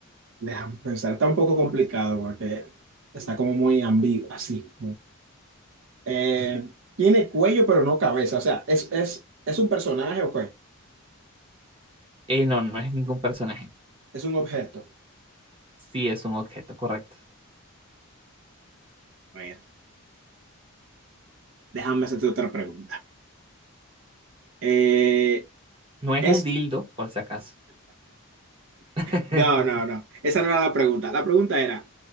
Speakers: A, on the right; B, on the right.
A: Déjame pensar. Está un poco complicado porque está como muy ambiguo, así. Eh, tiene cuello, pero no cabeza. O sea, ¿es, es, es un personaje o qué?
B: Eh, no, no es ningún personaje.
A: ¿Es un objeto?
B: Sí, es un objeto, correcto.
A: A ver, déjame hacerte otra pregunta. Eh,
B: No es
A: es,
B: un dildo, por si acaso. <laughs>
A: no, no, no, esa no era la pregunta. La pregunta era,